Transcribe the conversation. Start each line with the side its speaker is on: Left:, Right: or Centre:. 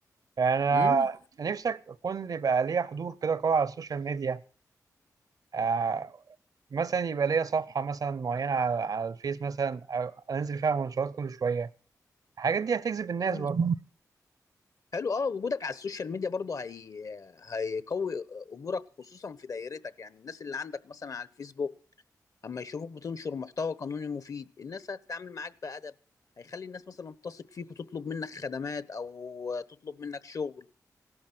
Right: يعني انا
Left: امم
Right: نفسك اكون يبقى ليا حضور كده قوي على السوشيال ميديا آه مثلا يبقى ليا صفحه مثلا معينه على, على الفيس مثلا أو انزل فيها منشورات كل شويه الحاجات دي هتجذب الناس
Left: حلو
Right: برضو
Left: حلو اه وجودك على السوشيال ميديا برضه هي... هيقوي امورك خصوصا في دايرتك يعني الناس اللي عندك مثلا على الفيسبوك اما يشوفوك بتنشر محتوى قانوني مفيد الناس هتتعامل معاك بأدب هيخلي الناس مثلا تثق فيك وتطلب منك خدمات او تطلب منك شغل